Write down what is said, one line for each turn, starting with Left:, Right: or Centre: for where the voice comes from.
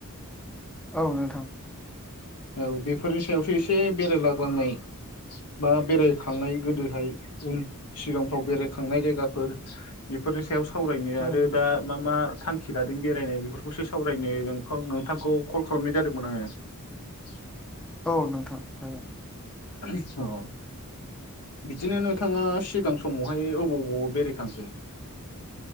Centre: औ नोंथां
Left: औ बेफोरनि सायावसो एसे बेरायलाग्लांनाय बा बेरायखांनाय गोदोहाय उन सिगांफ्राव बेरायखांनाय जायगाफोर बेफोरनि सायाव सावरायनो आरो
Centre: उम
Left: दा मा मा थांखि लादों बेरायनो बेफोरखौसो सावरायनो नों- नोंथांखौ कल खालामनाय जादोंमोन आङो। <inaudible>
Centre: औ नोंथां हागोन।
Left: ओथस अ बिदिनो नोंथाङा सिगां समावहाय अबाव अबाव बेरायखांखो?